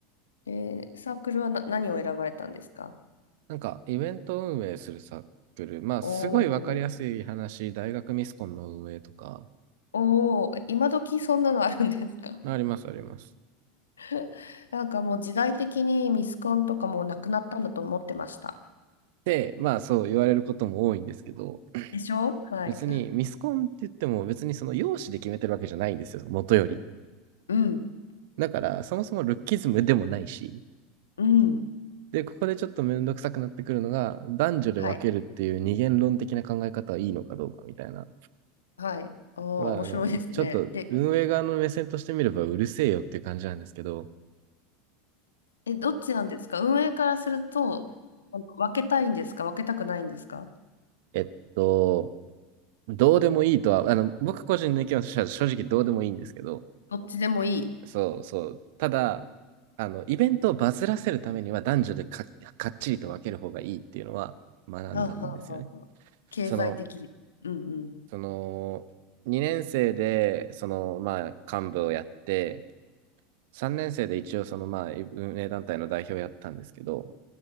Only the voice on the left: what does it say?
で、サークルはな、何を選ばれたんですか
おおー、
おー今時そんなのあるんですか
<laughs> なんかもう時代的にミスコンとかもうなくなったんだと思ってました。
でしょはい。
うん。
うん。
はい。はい。おあ、
面白いですね。
で、え、どっちなんですか運営からすると、分けたいんですか分けたくないんですか
どっちでもいい。
はあ、はあはあはあ、経済的。
うんうん。